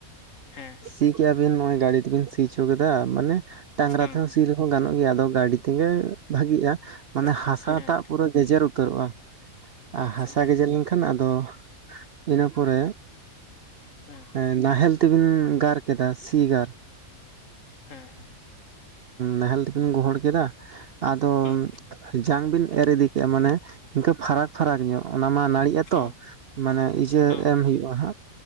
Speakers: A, on the left (about 60°); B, on the right (about 60°).
A: ᱦᱮᱸ
B: ᱥᱤ ᱠᱤᱭᱟ ᱟᱵᱤᱱ ᱱᱚᱜ-ᱚᱭ ᱜᱟᱰᱤ ᱛᱮᱵᱤᱱ ᱥᱤ ᱚᱪᱚ ᱠᱮᱫᱟ ᱢᱟᱱᱮ ᱰᱟᱝᱽᱨᱟ
A: ᱦᱮᱸ
B: ᱛᱮᱦᱚᱸ ᱥᱤ ᱞᱮᱦᱚᱸ ᱜᱟᱱᱚᱜ ᱜᱮᱭᱟ ᱟᱫᱚ ᱜᱟᱰᱤ ᱛᱚᱜᱮ ᱵᱷᱟᱹᱜᱤᱜ-ᱟ
A: ᱦᱩᱸ
B: ᱢᱟᱱᱮ ᱦᱟᱥᱟ
A: ᱦᱮᱸ
B: ᱴᱟᱜ ᱯᱩᱨᱟᱹ ᱜᱮᱡᱮᱨ ᱩᱛᱟᱹᱨᱚᱜ-ᱟ, ᱟᱨ
A: ᱟᱪᱪᱷᱟ
B: ᱦᱟᱥᱟ ᱜᱮᱡᱮᱨ ᱞᱮᱱᱠᱷᱟᱱ ᱟᱫᱚ ᱤᱱᱟᱹ ᱯᱚᱨᱮ
A: ᱦᱮᱸ
B: ᱮ ᱱᱟᱦᱮᱞ ᱛᱮᱵᱤᱱ ᱜᱟᱨ ᱠᱮᱫᱟ ᱥᱤ ᱜᱟᱨ
A: ᱦᱮᱸ ᱦᱮᱸ
B: ᱱᱟᱦᱮᱞ ᱛᱮᱵᱤᱱ ᱜᱚᱦᱚᱲ ᱠᱮᱫᱟ ᱟᱫᱚ
A: ᱦᱩᱸ
B: ᱡᱟᱝ ᱵᱤᱱ ᱮᱨ ᱤᱫᱤ ᱠᱮᱜ-ᱟ ᱢᱟᱱᱮ ᱤᱱᱠᱟᱹ ᱯᱷᱟᱨᱟᱠ ᱯᱷᱟᱨᱟᱠ ᱧᱚᱜ ᱚᱱᱟ ᱢᱟ ᱱᱟᱹᱲᱤᱜ ᱟᱛᱚ
A: ᱦᱩᱸ
B: ᱢᱟᱱᱮ ᱤᱭᱟᱹ
A: ᱦᱩᱸ
B: ᱮᱢ ᱦᱩᱭᱳᱜ ᱠᱚ ᱦᱟᱸᱜ